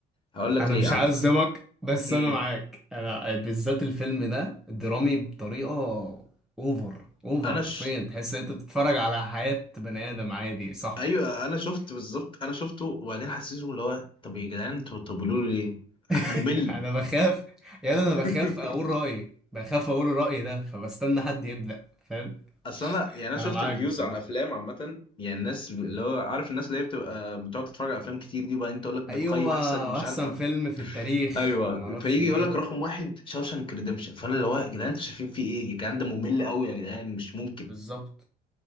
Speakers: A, on the left; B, in the centre.
A: هقول لك
B: انا
A: ليه
B: مش عايز اصدمك بس
A: امم
B: انا معاك انا بالذات الفيلم ده درامي بطريقه اوفر اوفر
A: انا
B: حرفيا
A: ش...
B: تحس ان انت بتتفرج على حياه بني ادم عادي صاحبك
A: ايوه انا شفت بالظبط انا شفته وبعدين حسيته اللي هو طب يا جدعان انتوا بتقولوا لي ليه
B: <laughs>
A: ممل
B: انا بخاف يعني انا
A: <laughs>
B: بخاف اقول رايي بخاف اقول رايي ده فبستنى حد يبدا فاهم
A: اصل انا يعني انا شفت
B: انا معاك
A: ريفيوز
B: بصراحه
A: عن افلام عامه يعني الناس اللي هو عارف الناس اللي هي بتبقى بتقعد تتفرج على افلام كتير دي وبعدين تقول لك
B: ايوه
A: بتقيم احسن مش
B: واحسن
A: عارف أف...
B: فيلم في التاريخ
A: ايوه
B: وما اعرفش
A: فيجي
B: ايه
A: يقول لك رقم واحد شاوشانك ريدمشن فانا اللي هو يا جدعان انتوا شايفين فيه ايه الكلام ده ممل قوي يا جدعان مش ممكن
B: بالظبط